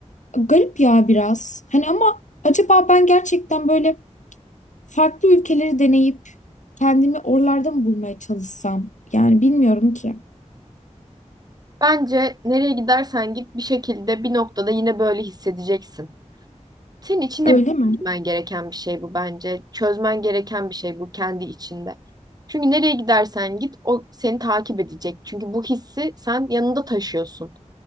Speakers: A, on the left; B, on the right.
A: garip ya biraz. Hani ama acaba ben gerçekten böyle farklı ülkeleri deneyip kendimi oralarda mı bulmaya çalışsam? Yani bilmiyorum ki.
B: bence nereye gidersen git bir şekilde bir noktada yine böyle hissedeceksin. Senin içinde
A: Öyle mi?
B: çözmen gereken bir şey bu bence. Çözmen gereken bir şey bu kendi içinde. Çünkü nereye gidersen git o seni takip edecek. Çünkü bu hissi sen yanında taşıyorsun